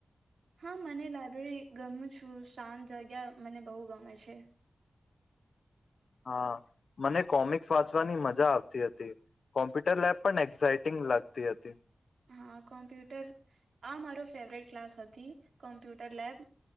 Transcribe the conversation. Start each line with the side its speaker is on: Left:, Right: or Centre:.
Right: હા, મને લાયબ્રેરી ગમ છું, શાંત જગ્યા મને બહુ ગમે છે.
Left: હા, મને કોમિક્સ વાંચવાની મજા આવતી હતી, કોમ્પ્યુટર લેબ પણ એક્ઝાઈટિંગ લાગતી હતી.
Right: હા, કોમ્પ્યુટર આ મારો ફેવરેટ ક્લાસ હતી, કોમ્પ્યુટર લેબ